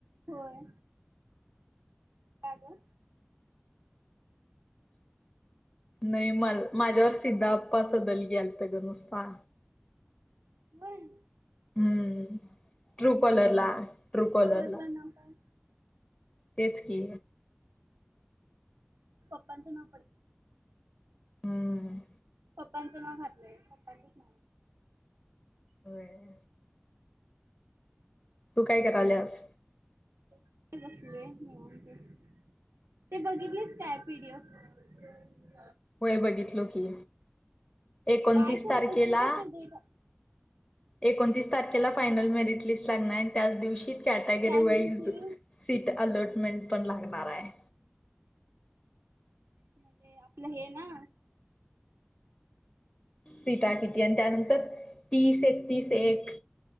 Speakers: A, on the right; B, on the left.
A: होय. का ग?
B: नाही मल माझ्यावर सिधाप्पा सदलगे आलत गं नुसता.
A: व्हय?
B: हम्म ट्रू काॅलर ला ट्रू कॉलर
A: कॉलरला
B: ला.
A: नाव काय
B: तेच की.
A: पप्पांचं नाव पडत
B: हम्म.
A: पप्पांचं नाव घातलंय पप्पांचच नाव
B: व्हय. तू काय करल्यास?
A: काय नाही बसलोय निवांत. ते बघितलीस काय पी. डी. एफ.?
B: बघितलो की एकोणतीस
A: काय खरं
B: तारखेला
A: कसं कसं डेट
B: एकोणतीस तारखेला फायनल मेरिट लिस्ट लागणार आहे आणि त्याच दिवशी कॅटेगरी
A: त्याच
B: वाईज
A: दिवशी
B: सीट अलॉटमेंट पण लागणार आहे.
A: म्हणजे आपलं हे ना?
B: सीटा किती आणि त्यानंतर तीस एकतीस एक